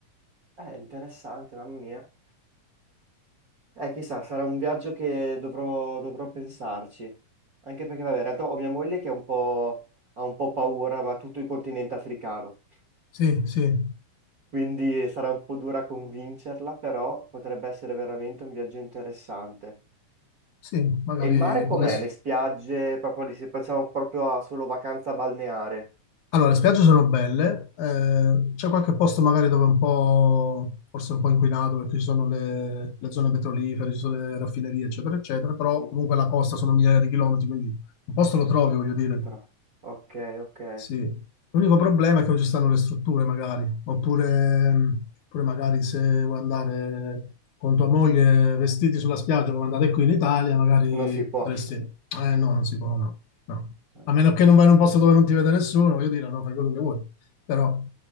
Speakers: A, on the right (about 45°); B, on the left (about 75°).
A: è interessante, mamma mia. Eh, chissà, sarà un viaggio che dovrò, dovrò pensarci. Anche perché, vabbè, in realtà ho mia moglie che è un po', ha un po' paura, va tutto il continente africano.
B: Sì, sì,
A: Quindi sarà un po' dura convincerla, però potrebbe essere veramente un viaggio interessante.
B: sì, magari
A: E il mare com'è?
B: potresti.
A: Le spiagge, proprio lì, se pensiamo proprio a solo vacanza balneare.
B: Allora, le spiagge sono belle, eh, c'è qualche posto magari dove è un po', forse un po' inquinato perché ci sono le, le zone petrolifere, ci sono le raffinerie, eccetera, eccetera, però
A: Mhm,
B: comunque la costa sono migliaia di chilometri, quindi un posto lo trovi, voglio dire.
A: si trova. Ok, ok.
B: Sì, l'unico problema è che non ci stanno le strutture, magari, oppure, mh, oppure magari se vuoi andare con tua moglie vestiti sulla spiaggia come andate qui in Italia, magari
A: Non si può.
B: potresti... Eh no, non si può, no. no.
A: <laughs>
B: A meno che non vai in un posto dove non ti vede nessuno, voglio dire, no, fai quello che vuoi. Però,